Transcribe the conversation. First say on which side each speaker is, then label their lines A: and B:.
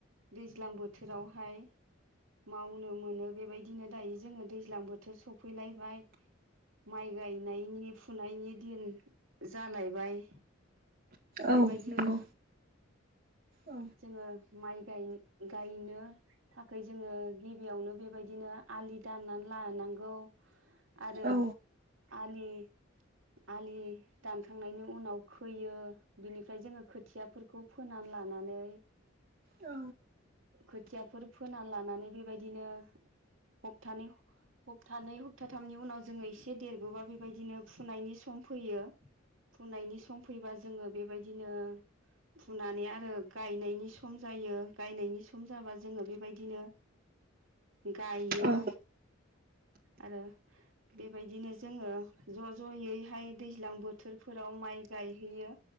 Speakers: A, on the right; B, on the right.
A: दैज्लां बोथोरावहाय। मावनो मोनो बेबायदिनो दायो जोङो दैज्लां बोथोर सफैलायबाय। माइ गायनायनि फुनायनि दिन जालायबाय।
B: औ
A: बेबायदिनो
B: नंगौ औ
A: जोङो माइ गाय गायनो। थाखाय जोङो गिबियावनो बेबायदिनो आलि दाननानै लानांगौ। आरो
B: औ
A: आलि आलि दानखांनायनि उनाव खोयो बिनिफ्राय जोंङो खोथियाफोरखौ फोनान लानानै। <inaudible>
B: औ।
A: खोथियाफोर फोना लानानै बेबायदिनो हपथानै हप्थानै हप्थाथामनि उनाव जोंङो इसे देरबोबा बेबायदिनो फुनायनि सम फैयो। फुनायनि सम फैबा जोङो बेबायदिनो फुनानै आरो गायनायनि सम जायो गायनायनि सम जाबा जोङो बेबायदिनो गायो
B: औ
A: आरो बेबायदिनो जोङो ज' ज'यैहाय दैज्लां बोथोरफोराव माइ गायहैयो